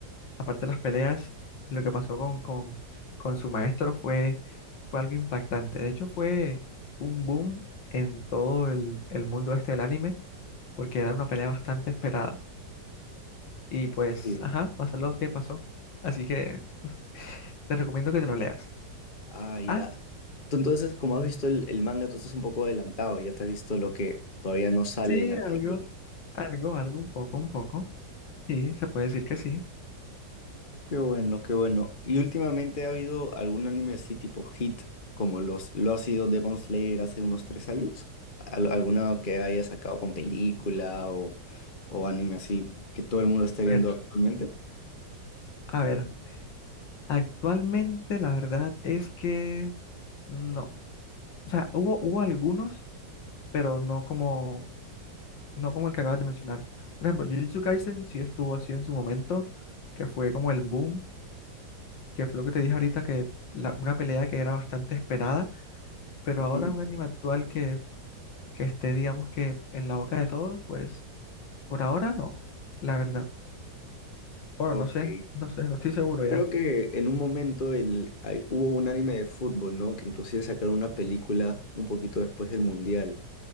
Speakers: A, on the left; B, on the left.
A: aparte de las peleas, lo que pasó con, con, con su maestro fue, fue algo impactante. De hecho, fue un boom en todo el, el mundo este del anime, porque era una pelea bastante esperada. Y pues,
B: Sí.
A: ajá, pasó lo que pasó. Así que te recomiendo que te lo leas.
B: Ah, ya.
A: Ah,
B: Tú entonces, como has visto el, el manga, tú estás un poco adelantado. Ya te has visto lo que todavía no sale
A: sí,
B: en la película.
A: algo, algo, algo, un poco, un poco. Sí, se puede decir que sí.
B: Qué bueno, qué bueno. ¿Y últimamente ha habido algún anime así tipo hit, como los, lo ha sido Demon Slayer hace unos tres años? ¿Al- ¿Alguna que haya sacado con película o, o anime así que todo el mundo esté viendo
A: A ver,
B: actualmente?
A: a ver, actualmente la verdad es que no. O sea, hubo, hubo algunos, pero no como no como el que acabas de mencionar. Por ejemplo, Jujutsu Kaisen sí estuvo así en su momento, que fue como el boom, que fue lo que te dije ahorita, que la- una pelea que era bastante esperada, pero
B: Ujú,
A: ahora un anime actual que, que esté, digamos que en la boca de todos, pues por ahora no, la verdad. Bueno,
B: Ok.
A: no sé, no sé, no estoy seguro ya.
B: Creo que en un momento el, hay- hubo un anime de fútbol, ¿no? Que inclusive sacaron una película un poquito después del Mundial.